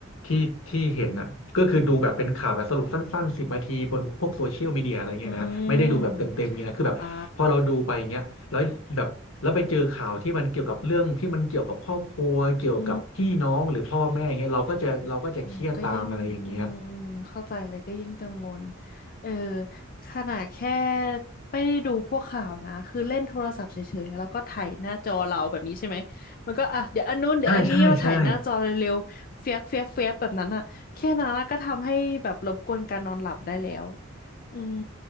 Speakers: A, on the left; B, on the left.
A: ที่ที่เห็นอ่ะก็คือดูแบบเป็นข่าวแบบสรุปสั้นๆสิบนาทีบนพวกโซเชียลมีเดียอะไรเงี้ยนะไม่ได้ดูแบบเต็มๆเงี้ยนะคือแบบพอเราดูไปเงี้ยแล้วแบบแล้วไปเจอข่าวที่มันเกี่ยวกับเรื่องที่มันเกี่ยวกับครอบครัวเกี่ยวกับพี่น้องหรือพ่อแม่เงี้ยเราก็จะเราก็จะเครียดตามอะไรอย่างเงี้ย
B: อืมอ่าอืม โอ้ก็ยิ่งอืมอืมเข้าใจเลยก็ยิ่งกังวลเออขนาดแค่ไม่ได้ดูพวกข่าวนะคือเล่นโทรศัพท์เฉยๆแล้วก็ถ่ายหน้าจอเราแบบนี้ใช่ไหมมันก็อ่ะเดี๋ยวอันนู้นเดี๋ยวอันนี้มาถ่ายหน้าจอเร็วๆเฟียบเฟียบเฟียบแบบนั้นอะแค่นั้นอะก็ทำให้แบบรบกวนการนอนหลับได้แล้ว
A: ใช่ใช่ใช่
B: อืม